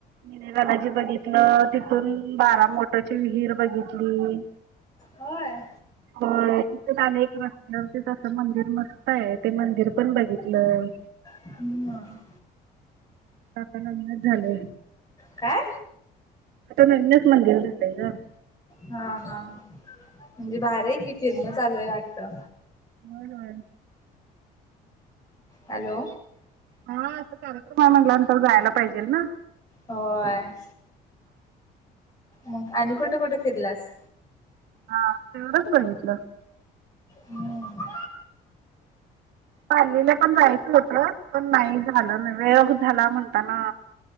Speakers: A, on the right (about 80°); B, on the left (about 20°).
A: मिनी बालाजी बघितलो, तिथून बारा मोटाची विहीर बघितली.
B: होय
A: होय. तिथं आणिक रस्त्यावरतींच आस मंदिर मस्त आहे ते मंदिर पण बघितलं.
B: हं.
A: तिथं आता नवीनच झालय.
B: काय
A: आता नवीनच मंदिर झालय गं.
B: हा हा म्हणजे भारी आहे की. फिरणं चालू आहे वाटतं?
A: होय होय.
B: हॅलो,
A: हा अस कार्यक्रम आहे म्हनल्यानंतर जायला पाहिजेल ना.
B: होय. मग आणि कुठं कुठ फिरलास?
A: हां. तेवढच बघितलं.
B: हम्म
A: पालीला पण जायचं होत. पण नाही झालं ना. वेळ झाला म्हणता ना.